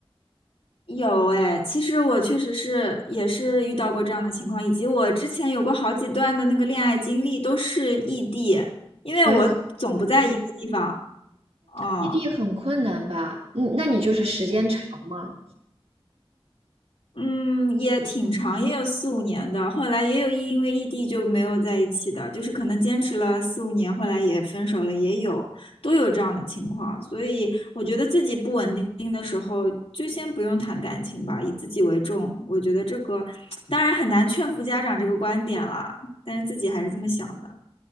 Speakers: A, on the left (about 80°); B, on the right (about 80°).
A: 有哎，其实我确实是也是遇到过这样的情况，以及我之前有过好几段的那个恋爱经历都是异地，因为我总不在一个地方。
B: 来
A: 哦，
B: 异地很困难吧？嗯，那你就是时间长吗？
A: 嗯，也挺长，也有四五年的。后来也有异因为异地就没有在一起的，就是可能坚持了四五年，后来也分手了，也有，都有这样的情况。所以我觉得自己不稳定的时候，就先不用谈感情吧，以自己为重。我觉得这个当然很难劝服家长这个观点啦，但是自己还是这么想的。